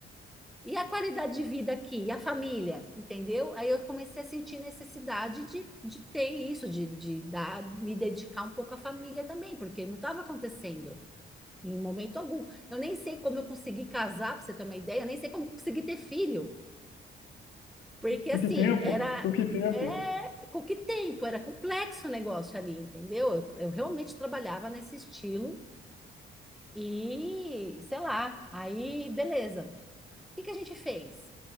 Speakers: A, in the centre; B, on the left.
A: e a qualidade de vida aqui, e a família, entendeu? Aí eu comecei a sentir necessidade de, de ter isso, de, de dar, me dedicar um pouco à família também, porque não estava acontecendo em momento algum. Eu nem sei como eu consegui casar, para você ter uma ideia, eu nem sei como eu consegui ter filho, porque assim,
B: Com que tempo?
A: era.
B: Com que tempo?
A: É, com que tempo? Era complexo o negócio ali, entendeu? Eu, eu realmente trabalhava nesse estilo e, sei lá, aí beleza. O que que a gente fez?